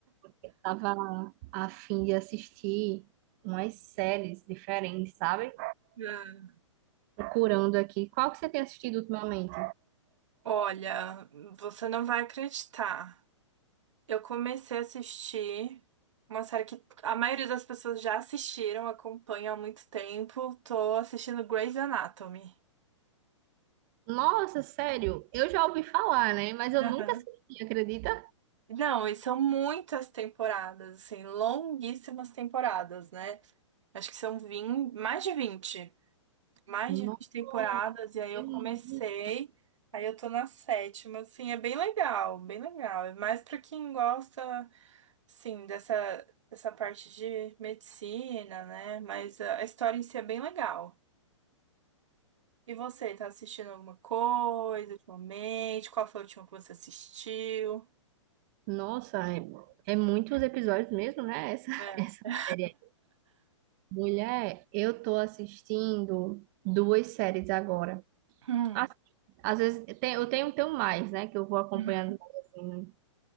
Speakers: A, on the right (about 35°); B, on the right (about 70°).
A: eu tava a fim de assistir umas séries diferentes, sabe?
B: Ah,
A: Procurando aqui. Qual que você tem assistido ultimamente?
B: Olha, você não vai acreditar. Eu comecei a assistir uma série que a maioria das pessoas já assistiram, acompanha há muito tempo. Tô assistindo Grey's Anatomy.
A: Nossa, sério, eu já ouvi falar, né? Mas eu
B: Aham.
A: nunca assisti, acredita?
B: Não, e são muitas temporadas, assim, longuíssimas temporadas, né? Acho que são 20, mais de 20. mais de
A: Nossa,
B: 20 temporadas, e aí eu
A: é
B: comecei,
A: muito-
B: aí eu tô na sétima, assim, é bem legal, bem legal. É mais pra quem gosta, assim, dessa, dessa parte de medicina, né? Mas a a história em si é bem legal. E você, tá assistindo alguma coisa ultimamente? Qual foi a última que você assistiu?
A: Nossa, é, é muitos episódios mesmo, né? Essa,
B: É.
A: <laughs> essa série Mulher, eu tô assistindo duas séries agora.
B: Hum.
A: Assim, Às vezes eu tenho, eu tenho, tenho mais, né? Que eu vou acompanhando,
B: Uhum.
A: assim,